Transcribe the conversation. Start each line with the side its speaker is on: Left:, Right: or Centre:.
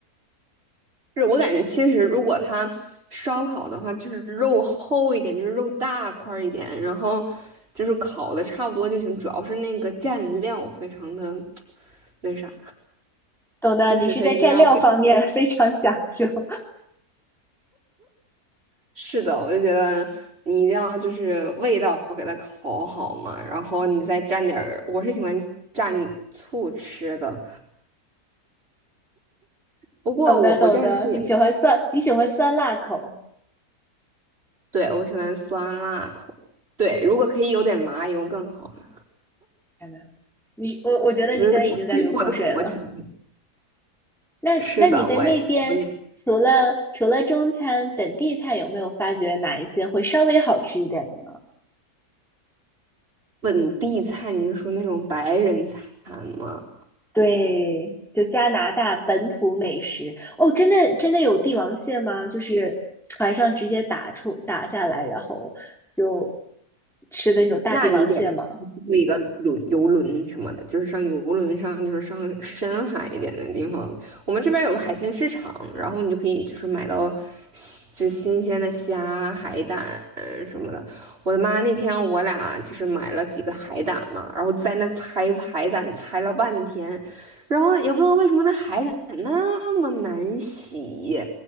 Right: 是我感觉其实如果它烧烤的话，就是肉厚一点，就是肉大块儿一点，然后就是烤的差不多就行，主要是那个蘸料非常的 <tsk> 那啥。
Centre: 懂的，
Right: 就是它一定要给，
Centre: 你是在蘸料方面 <laughs> 非常讲究。<laughs>
Right: 是的，我就觉得你一定要就是味道给它烤好嘛，然后你再蘸点儿，我是喜欢蘸醋吃的，不过我不蘸醋也，
Centre: 懂的，懂的，你喜欢酸，你喜欢酸辣口。
Right: 对，我喜欢酸辣口，对，如果可以有点麻油更好呢，
Centre: 天呐，你我我觉得你现在已经在流口水了。
Right: 我觉得我其实 <laughs> 我的口味挺重，
Centre: 那那你在那边除了除了中餐，
Right: 是的，我也有点
Centre: 本地菜有没有发觉哪一些会稍微好吃一点的呢？
Right: 本地菜，你是说那种白人餐吗？
Centre: 对，就加拿大本土美食哦，真的真的有帝王蟹吗？就是船上直接打出打下来，然后就吃的那种大帝王蟹吗？
Right: 那你得租一个轮游轮什么的，就是上游轮上，就是上深海一点的地方。我们这边有个海鲜市场，然后你就可以就是买到新就新鲜的虾、海胆什么的。我的妈！那天我俩就是买了几个海胆嘛，然后在那拆海胆，拆了半天，然后也不知道为什么那海胆那么难洗。